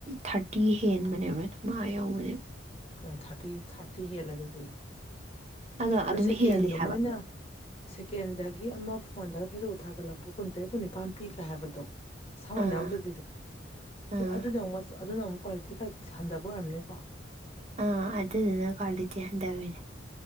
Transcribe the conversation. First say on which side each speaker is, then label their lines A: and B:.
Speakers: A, on the right; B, on the left.
A: ꯊꯥꯔꯇꯤ ꯍꯦꯟꯕꯅꯦꯕ ꯃꯥ ꯌꯧꯕꯅꯦ
B: ꯑ ꯊꯥꯔꯇꯤ ꯊꯥꯔꯇꯤ ꯍꯦꯜꯂ ꯑꯗꯨꯗꯤ
A: ꯑꯗꯣ
B: ꯑꯗꯨ
A: ꯑꯗꯨꯝ
B: ꯁꯦꯀꯦꯟꯗꯣ
A: ꯍꯦꯜꯂꯤ ꯍꯥꯏꯕ
B: ꯃꯣꯏꯅ ꯁꯦꯀꯦꯟꯗꯒꯤ ꯑꯃ ꯐꯣꯟꯗ ꯐꯦꯁꯕꯨꯛ ꯊꯒꯠꯂꯛꯄ ꯀꯨꯟ ꯇꯥꯔꯦꯠ ꯀꯨꯟ ꯅꯤꯄꯥꯟ ꯄꯤꯒꯔ꯭ꯦ ꯍꯥꯏꯕꯗꯣ ꯁꯃꯟ
A: ꯑꯥ
B: ꯌꯥꯎꯗꯕꯤꯗꯣ
A: ꯑꯥ
B: ꯑꯗꯨ ꯑꯃꯨꯛ ꯑꯗꯨꯅ ꯑꯃꯨꯛ ꯀ꯭ꯋꯥꯂꯤꯇꯤ ꯈꯔ ꯍꯟꯊꯕ ꯑꯣꯏꯔꯝꯅꯤꯀꯣ
A: ꯑꯥ ꯑꯗꯨꯗꯨꯅ ꯀ꯭ꯋꯥꯂꯤꯇꯤ ꯍꯟꯊꯕꯤꯅꯦ